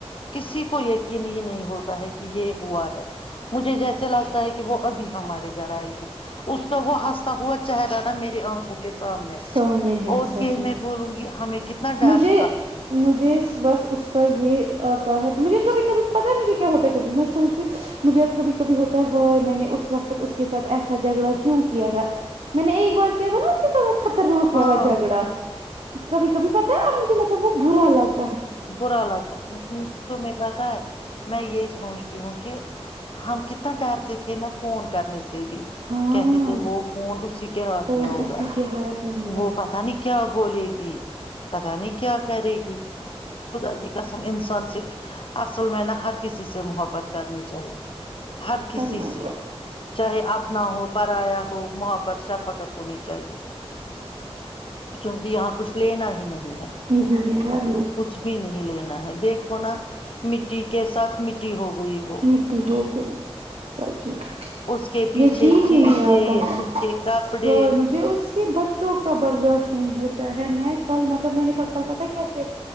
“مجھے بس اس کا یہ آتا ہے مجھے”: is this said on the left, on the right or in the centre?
Right